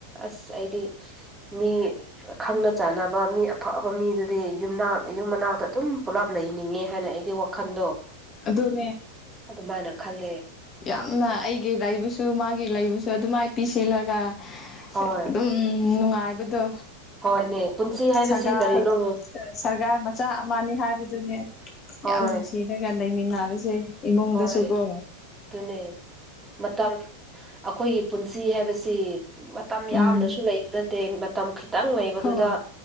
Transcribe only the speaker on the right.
ꯑꯁ ꯑꯩꯗꯤ ꯃꯤ ꯈꯪꯅ ꯆꯥꯟꯅꯕ ꯃꯤ ꯑꯐꯕ ꯃꯤꯗꯨꯗꯤ ꯌꯨꯝꯅꯥꯛ ꯌꯨꯝ ꯃꯅꯥꯛꯇ ꯑꯗꯨꯝ ꯄꯨꯂꯞ ꯂꯩꯍꯅꯤꯡꯉꯦ ꯍꯥꯏꯅ ꯑꯩꯒꯤ ꯋꯥꯈꯟꯗꯣ
ꯑꯗꯨꯃꯥꯏꯅ ꯈꯜꯂꯦ
ꯍꯣꯏ
ꯍꯣꯏꯅꯦ ꯄꯨꯟꯁꯤ ꯍꯥꯏꯕꯁꯤ
ꯀꯔꯤꯅꯣ
ꯍꯣꯏ
ꯍꯣꯏ
ꯑꯗꯨꯅꯦ ꯃꯇꯝ ꯑꯈꯣꯏꯒꯤ ꯄꯨꯟꯁ ꯁꯤ ꯍꯥꯏꯕꯁꯤ ꯃꯇꯝ ꯌꯥꯝꯅꯁꯨ
ꯂꯩꯕ ꯅꯠꯇꯦ ꯃꯇꯝ ꯗꯤ ꯈꯤꯇꯪ ꯂꯩꯕꯗꯨꯗ